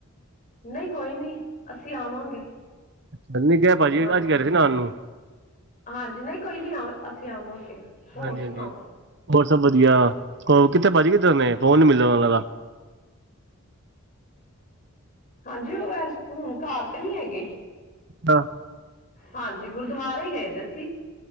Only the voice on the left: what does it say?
ਨਹੀਂ ਕੋਈ ਨੀ ਅਸੀਂ ਆਵਾਂਗੇ।
ਹਾਂਜੀ
ਹਾਂਜੀ ਨਹੀਂ ਕੋਈ ਨੀ ਅਸੀਂ ਆਵਾਂਗੇ ਹੋਰ
ਸੁਣਾਓ।
ਹਾਂਜੀ ਉਹ ਐ ਹੁਣ ਘਰ ਤੇ ਨਹੀਂ ਹੈਗੇ।
ਹਾਂਜੀ ਗੁਰਦੁਆਰੇ ਗਏ ਦੇ ਸੀ।